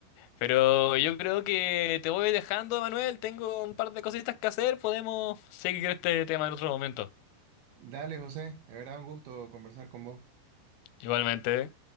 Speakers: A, on the left; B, on the right.
A: Pero yo creo que te voy dejando, Manuel. Tengo un par de cositas que hacer. Podemos seguir este tema en otro momento.
B: Dale, José, de verdad un gusto conversar con vos.
A: Igualmente.